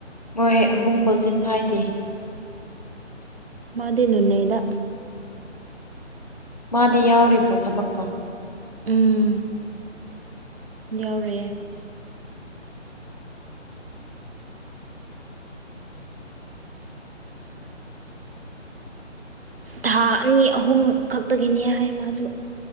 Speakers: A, on the left; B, on the right.
A: ꯃꯣꯏ ꯑꯕꯨꯡ ꯄꯣꯁꯤꯟ ꯊꯥꯏꯗꯦ
B: ꯃꯥꯗꯤꯅꯅꯩꯗ
A: ꯃꯥꯗꯤ ꯌꯥꯎꯔꯤꯕꯣ ꯊꯕꯛꯇꯣ
B: ꯎꯝ ꯌꯥꯎꯔꯦꯌꯦ ꯊꯥ ꯑꯅꯤ ꯑꯍꯨꯝ ꯈꯛꯇꯒꯤꯅꯦ ꯍꯥꯏ ꯃꯥꯁꯨ